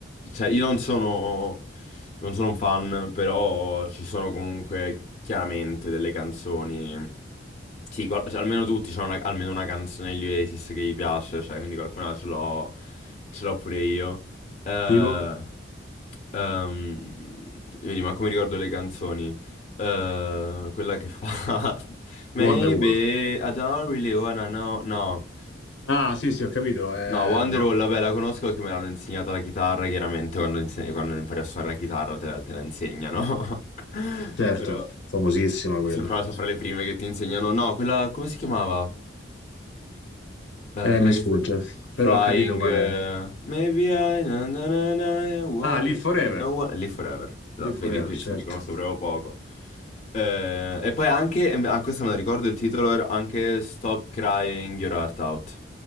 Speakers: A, on the left; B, on the left.
A: Cioè, io non sono non sono un fan, però ci sono comunque chiaramente delle canzoni. Sì, qual- cioè, almeno tutti c'è una- almeno una canzone degli Oasis che gli piace, cioè, quindi qualcuna ce l'ho ce l'ho pure io. Eh,
B: tipo
A: ehm, vedi, ma come ricordo le canzoni? Eh, quella che fa <laughs> Maybe
B: Wonderwall.
A: I don't really wanna know. No.
B: Ah, sì, sì, ho capito. eh,
A: No, Wonderwall,
B: no,
A: vabbè, la conosco perché me l'hanno insegnata la chitarra, chiaramente quando, inse- quando impari a suonare la chitarra te la, te la insegnano. <laughs>
B: certo,
A: Però
B: famosissima quella.
A: se fra, so fra le prime che ti insegnano, no, quella, come si chiamava? Eh,
B: Eh,
A: quella
B: mi
A: che...
B: sfugge,
A: Flying...
B: però ho capito qual
A: eh,
B: è.
A: Maybe I... na na na na, I wanna
B: Ah, Live Forever.
A: live, I don't wanna live forever. Esatto,
B: Live
A: vedi,
B: Forever, certo.
A: sì, li conosco proprio poco. Eh, e poi anche, ah, questa me la ricordo, il titolo era anche Stop Crying Your Heart Out.